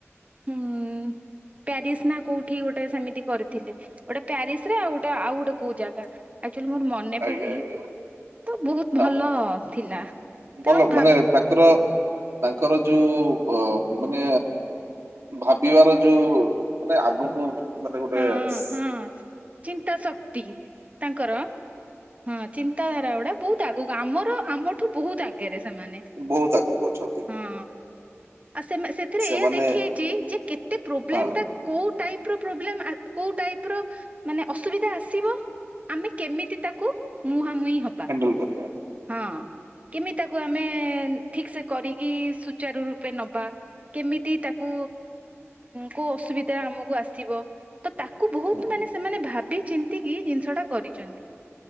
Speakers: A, on the right (about 30°); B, on the right (about 65°).
A: ହୁଁ ପ୍ୟାରିସ ନା କୋଉଠି ଗୋଟେ ସେମିତି କରିଥିଲେ ଗୋଟେ ପ୍ୟାରିସ ସ୍ ରେ ଆଉ ଗୋଟେ ଆଉ ଗୋଟେ କୋଉ ଜାଗା ଆକ୍ଚୁଆଲି ମୋର ମନେ
B: ଆଜ୍ଞା
A: ପୁଡନି।
B: ଆଜ୍ଞା
A: ତ ବହୁତ
B: ହଁ
A: ଭଲ ଥିଲା ତେଣୁ
B: ଭଲ ମାନେ
A: ଭାବ
B: ତାଙ୍କର ତାଙ୍କର ଯୋଉ ଅ ମାନେ ଭାବିବାର ଯୋଉ ମାନେ ଆଗକୁ ମାନେ ଗୋଟେ
A: ହଁ
B: ସି
A: ହଁ ଚିନ୍ତା ଶକ୍ତି ତାଙ୍କର ହଁ। ଚିନ୍ତାଧାରା ଗୁଡା ବହୁତ ଆଗକୁ ଆମର ଆମଠୁ ବହୁତ ଆଗରେ। ସେମାନେ
B: ବହୁତ ଆଗକୁ ଅଛନ୍ତି
A: ହଁ। ଆ ସେ ସେଥିରେ
B: ସେମାନେ
A: ଏଇଆ ଦେଖିେଇଛି ଯେ କେତେ ପ୍ରୋବ୍ଲେମ
B: ହଁ
A: ଟା କୋଉ ଟାଇପ- ପ୍ରୋବ୍ଲେମ କୋଉ ଟାଇପ ର ଅସୁବିଧା ଆସିବ ଆମେ କେମିତି ତାକୁ ମୁହାଁମୁହିଁ ହବା
B: ହ୍ୟାଣ୍ଡଲ କରିବା
A: ହଁ? କେମିତି ତାକୁ ଆମେ ଠିକ ସେ କରିକି ସୁଚାରୁ ନବା କେମିତି ତାକୁ କୋଉ ଅସୁବିଧା ଆମକୁ ଆସିବ? ତ ତାକୁ ବହୁତ
B: ହୁଁ।
A: ମାନେ ସେମାନେ ଭାବି ଚିନ୍ତିକି ଜିନିଷ ଟା କରିଛନ୍ତି